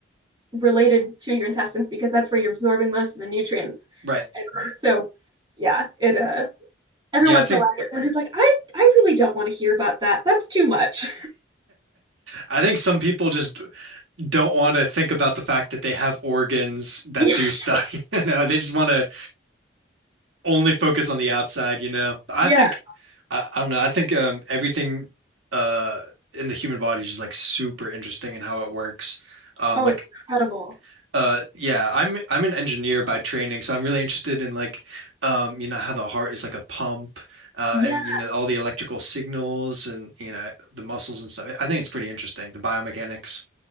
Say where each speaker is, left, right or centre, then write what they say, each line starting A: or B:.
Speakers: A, on the right (about 25°); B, on the right (about 85°).
A: related to your intestines because that's where you're absorbing most of the nutrients.
B: right.
A: And so, yeah, it uh every
B: Yeah,
A: once
B: I think
A: in a while there's someone who's like, I I really don't want to hear about that. That's too much.
B: I think some people just don't want to think about the fact that they have organs that
A: <laughs>
B: do stuff. <laughs> You know, they just want to only focus on the outside, you know. I
A: yeah.
B: think I, I don't know. I think um everything uh in the human body is just like super interesting and how it works. Um
A: Oh,
B: like
A: it's incredible.
B: uh yeah, I'm I'm an engineer by training, so I'm really interested in like um you know how the heart is like a pump uh
A: Yeah,
B: and you know all the electrical signals and you know the muscles and stuff. I think it's pretty interesting, the biomechanics.